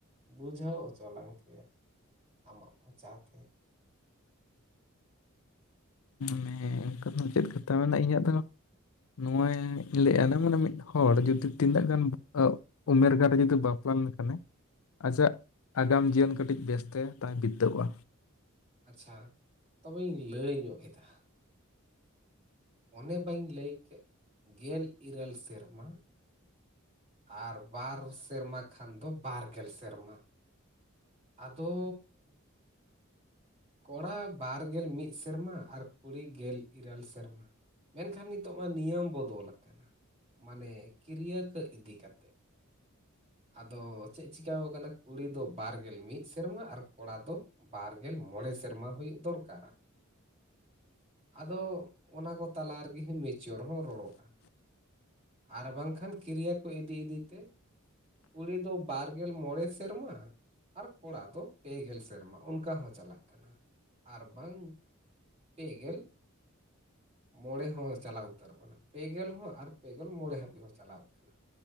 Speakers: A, on the right; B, on the left.
A: ᱵᱩᱡᱷᱟᱹᱣ ᱦᱚᱪᱚᱞᱟᱝ ᱠᱮᱭᱟ ᱟᱢᱟᱜ ᱢᱚᱪᱟ ᱛᱮ
B: ᱢᱟᱱᱮ ᱚᱱᱠᱟ ᱫᱚ ᱪᱮᱫ ᱠᱟᱛᱷᱟ ᱢᱮᱱᱟᱜᱼᱟ ᱤᱧᱟᱹᱜ ᱫᱚ ᱱᱚᱣᱟᱧ ᱞᱟᱹᱭᱮᱜᱼᱟᱱᱟ ᱢᱟᱱᱮ ᱢᱤᱫ ᱦᱚᱲ ᱡᱩᱫᱤ ᱛᱤᱱᱟᱹᱜ ᱜᱟᱱ <unintelligible> ᱩᱢᱮᱨ ᱜᱟᱱ ᱨᱮ ᱡᱩᱫᱤ ᱵᱟᱯᱞᱟ ᱞᱮᱱᱠᱷᱟᱱᱮ ᱟᱡᱟᱜ ᱟᱜᱟᱢ ᱡᱤᱭᱚᱱ ᱠᱟᱹᱴᱤᱡ ᱵᱮᱥᱛᱮ ᱛᱟᱦᱮᱸ ᱵᱤᱛᱟᱹᱜᱼᱟ
A: ᱟᱪᱪᱷᱟ ᱛᱚᱵᱮᱧ ᱞᱟᱹᱭ ᱧᱚᱜ ᱮᱫᱟ ᱚᱱᱮ ᱵᱟᱹᱧ ᱞᱟᱹᱭ ᱠᱮᱫ ᱜᱮᱞ ᱤᱨᱟᱹᱞ ᱥᱮᱨᱢᱟ ᱟᱨ ᱵᱟᱨ ᱥᱮᱨᱢᱟ ᱠᱷᱟᱱ ᱫᱚ ᱵᱟᱨ ᱜᱮᱞ ᱥᱮᱨᱢᱟ ᱟᱫᱚ ᱠᱚᱲᱟ ᱵᱟᱨᱜᱮᱞ ᱢᱤᱫ ᱥᱮᱨᱢᱟ ᱟᱨ ᱠᱩᱲᱤ ᱜᱮᱞ ᱤᱨᱟᱹᱞ ᱥᱮᱨᱢᱟ ᱢᱮᱱᱠᱷᱟᱱ ᱱᱤᱛᱚᱜ ᱢᱟ ᱱᱤᱭᱚᱢ ᱵᱚᱫᱚᱞ ᱟᱠᱟᱱᱟ ᱢᱟᱱᱮ ᱠᱮᱨᱤᱭᱟᱨ ᱠᱚ ᱤᱫᱤ ᱠᱟᱛᱮᱫ ᱟᱫᱚ ᱪᱮᱫ ᱪᱤᱠᱟ ᱟᱠᱟᱱᱟ ᱠᱩᱲᱤ ᱫᱚ ᱵᱟᱨᱜᱮᱞ ᱢᱤᱫ ᱥᱮᱨᱢᱟ ᱟᱨ ᱠᱚᱲᱟ ᱫᱚ ᱵᱟᱨᱜᱮᱞ ᱢᱚᱬᱮ ᱥᱮᱨᱢᱟ ᱦᱩᱭᱩᱜ ᱫᱚᱨᱠᱟᱨᱟ ᱟᱫᱚ ᱚᱱᱟ ᱠᱚ ᱛᱟᱞᱟ ᱨᱮᱜᱮ ᱢᱮᱤᱪᱚᱨ ᱦᱚᱸ ᱨᱚᱲᱚᱜᱼᱟ ᱟᱨ ᱵᱟᱝᱠᱷᱟᱱ ᱠᱮᱨᱤᱭᱟᱨ ᱠᱚ ᱤᱫᱤ ᱤᱫᱤ ᱛᱮ ᱠᱩᱲᱤ ᱫᱚ ᱵᱟᱨ ᱜᱮᱞ ᱢᱚᱬᱮ ᱥᱮᱨᱢᱟ ᱟᱨ ᱠᱚᱲᱟ ᱫᱚ ᱯᱮ ᱜᱮᱞ ᱥᱮᱨᱢᱟ ᱚᱱᱠᱟ ᱦᱚᱸ ᱪᱟᱞᱟᱜ ᱠᱟᱱᱟ ᱟᱨ ᱵᱟᱝ ᱯᱮ ᱜᱮᱞ ᱢᱚᱬᱮ ᱦᱚᱸ ᱪᱟᱞᱟᱣ ᱩᱛᱟᱹᱨᱚᱜ ᱠᱟᱱᱟ ᱯᱮᱜᱮᱞ ᱦᱚᱸ ᱟᱨ ᱯᱮᱜᱮᱞ ᱢᱚᱬᱮ ᱦᱟᱹᱵᱤᱡ ᱦᱚᱸ ᱪᱟᱞᱟᱣ ᱠᱟᱱᱟ